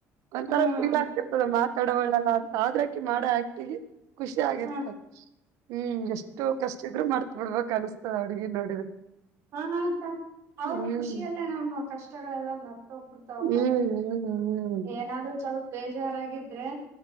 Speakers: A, on the right; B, on the right.
A: ಒಂತರ
B: ಹ್ಮ್
A: ಫೀಲ್ ಆಗ್ತಿರ್ತದೆ ಮಾತ್ ತಡವಳ್ಳಲ್ಲ ಅಂತ ಆದ್ರಕಿ ಮಾಡ ಆಕ್ಟಿಗಿ. ಖುಷಿ ಆಗಿರ್ತಾರ್
B: ಹ್ಮ್
A: ಹ್ಮ್ ಎಷ್ಟು ಕಷ್ಟ ಇದ್ರು ಮರ್ ನೋಡ್ಬಕ್ ಅನ್ಸ್ತದ ಅಡ್ಗಿ ನೋಡಿದ್ರೆ.
B: ಹಾ ಹ ಸ ಅವ್ರ್
A: ಹ್ಮ್
B: ಖುಷಿಯಲ್ಲೇ ನಮ್ ಕಷ್ ಷ್ಟಗಳೆಲ್ಲ ನ ತೊಗ್ಬಿಡ್ತವಕ್ಕ
A: ಹ್ಮ್ ಹ್ಮ್ ಹ್ಮ್
B: ಏನಾದ್ರು ಚೊಲ್ಪ್ ಬೇಜಾರಾಗಿದ್ರೆ.